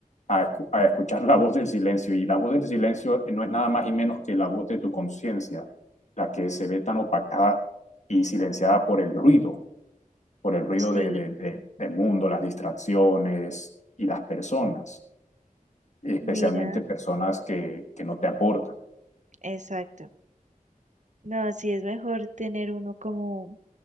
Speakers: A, on the left; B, on the right.
A: a escu- a escuchar la voz del silencio. Y la voz del silencio no es nada más y menos que la voz de tu conciencia, la que se ve tan opacada y silenciada por el ruido, por el ruido
B: Sí,
A: de, de- de- del mundo, las distracciones y las personas especialmente
B: Mira,
A: personas que, que no te aportan
B: exacto. No, sí es mejor tener uno como